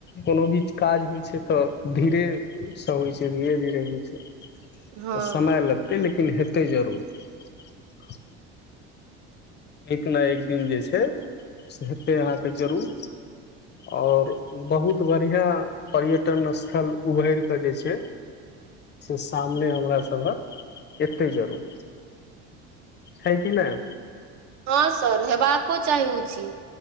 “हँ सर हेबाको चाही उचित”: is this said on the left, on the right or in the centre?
Right